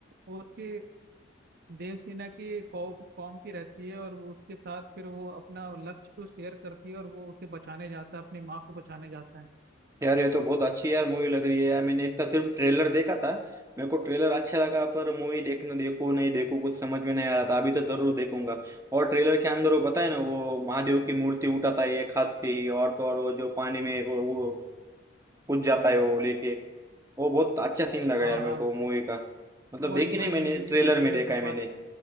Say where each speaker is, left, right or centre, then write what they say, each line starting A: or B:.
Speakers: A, on the right; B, on the right.
A: वो उसके देवसेना की कॉम कॉम की रहती है और वो उसके साथ फिर वो अपना लक्ष्य को शेयर करती है और वो उसे बचाने जाता है अपनी माँ को बचाने जाता है
B: यार ये तो बहुत अच्छी यार मूवी लग रही है यार मैंने इसका सिर्फ ट्रेलर देखा था मेरे को ट्रेलर अच्छा लगा पर मूवी देखना देखो नहीं देखो कुछ समझ में नहीं आ रहा था अभी तो जरूर देखूंगा और ट्रेलर के अंदर वो बताए ना वो महादेव की मूर्ति उठाता है एक हाथ से ही और तो और वो जो पानी में वो वो कूद जाता है वो लेके वो बहुत अच्छा सीन लगा
A: हाँ
B: यार
A: हाँ
B: मेरे को मूवी का मतलब
A: वही
B: देखी
A: वही
B: नहीं मैंने
A: मूवी
B: ट्रेलर
A: में जो
B: में
A: जलप्रपात
B: देखा है मैंने